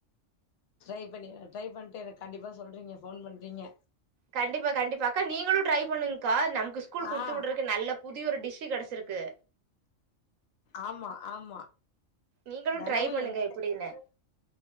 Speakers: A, on the left; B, on the right.
A: ட்ரை பண்ணி ட்ரை பண்ணிட்டு எனக்கு கண்டிப்பா சொல்றீங்க ஃபோன் பண்றீங்க
B: கண்டிப்பா கண்டிப்பா அக்கா நீங்களு ட்ரை பண்ணுங்க்கா நமக்கு ஸ்கூல் குடுத்து
A: ஆ
B: விடுறதுக்கு நல்ல புதிய ஒரு டிஷ்ஷு கெடச் சிருக்கு
A: ஆமா ஆமா
B: நீங்களு
A: தெனமும்
B: ட்ரை பண்ணுங்க
A: என்ன
B: எப்டின்னு
A: தெனந்தென